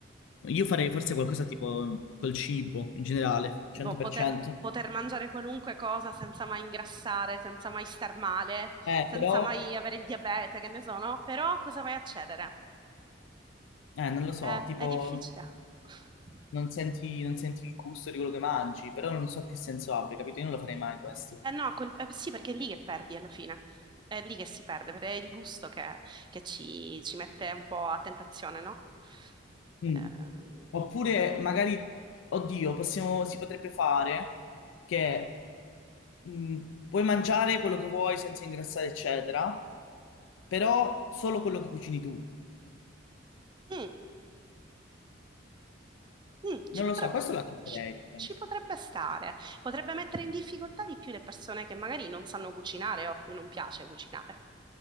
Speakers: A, on the left (about 85°); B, on the right (about 25°).
A: Io farei forse qualcosa tipo mm, col cibo in generale,
B: Tipo
A: 100%.
B: poter, poter mangiare qualunque cosa senza mai ingrassare, senza mai star male,
A: Eh,
B: senza
A: però,
B: mai avere il diabete, che ne so, no? Però cosa vai a cedere?
A: eh, non lo so,
B: È,
A: tipo
B: è difficile. <laughs>
A: non senti, non senti il gusto di quello che mangi, però non so che senso abbia, capito? Io non lo farei mai questo.
B: Eh no, quel- eh, sì, perché è lì che perdi alla fine, è lì che si perde, perché è il gusto che, che ci, ci mette un po' a tentazione, no?
A: Mm.
B: Ehm,
A: Oppure magari, oddio, possiamo- si potrebbe fare che mm, puoi mangiare quello che vuoi senza ingrassare, eccetera, però solo quello che cucini tu.
B: mm, mm, ci
A: Non
B: potrebbe,
A: lo so, questo lo accetterei,
B: ci-
A: penso.
B: ci potrebbe stare, potrebbe mettere in difficoltà di più le persone che magari non sanno cucinare o a cui non piace cucinare.